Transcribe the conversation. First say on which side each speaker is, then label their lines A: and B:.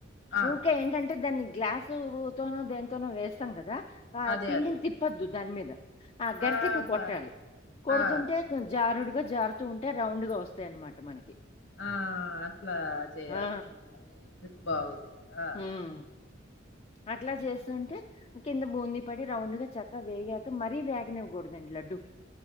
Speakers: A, on the left (about 65°); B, on the left (about 30°).
A: ఆ
B: ఊకే ఏంటంటే దాన్ని గ్లాసు ఊతోనో దేని తోను వేస్తాం కదా ఆ
A: అదే
B: పిండిని
A: అదే
B: తిప్పద్దు దాని మీద ఆ గరిటకి
A: ఆహా
B: కొట్టాలి కొడుతుంటే
A: ఆ
B: జారుడుగా జారుతూ ఉంటే రౌండ్ గ వస్తాయి అన్మాట మనకి.
A: ఆ అట్లా చేయాలి
B: ఆ!
A: ఈ ట్రిక్ బాగుంది ఆ
B: హ్మ్. అట్లా చేస్తుంటే కింద బూందీ పడి రౌండ్ గ చక్కగా వేగాక మరీ వేగనివ్వకూడదండి లడ్డూకి